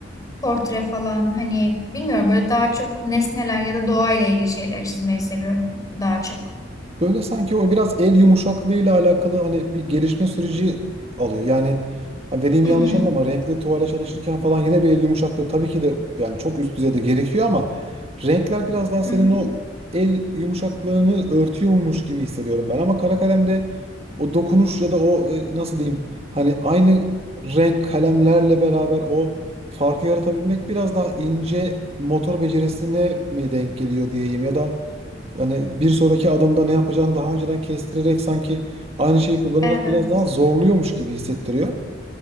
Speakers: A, on the left; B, on the right.
A: Portre falan hani bilmiyorum böyle daha çok nesneler ya da doğayla ilgili şeyler çizmeyi seviyorum daha çok.
B: Böyle sanki o biraz el yumuşaklığıyla alakalı hani bir gelişme süreci alıyor. Yani hani dediğimi
A: Hı
B: yanlış
A: hı.
B: anlama renkli tuvale çalışırken falan yine bir el yumuşaklığı tabii ki de yani çok üst düzeyde gerekiyor ama renkler biraz daha senin
A: Hı hı.
B: o el yumuşaklığını örtüyormuş gibi hissediyorum ben. Ama kara kalemde o dokunuş ya da o e, nasıl diyeyim hani aynı renk kalemlerle beraber o farkı yaratabilmek biraz daha ince motor becerisine mi denk geliyor diyeyim ya da yani bir sonraki adımda ne yapacağını daha önceden kestirerek sanki aynı şeyi kullanarak
A: Evet.
B: biraz daha zorluyormuş gibi hissettiriyor.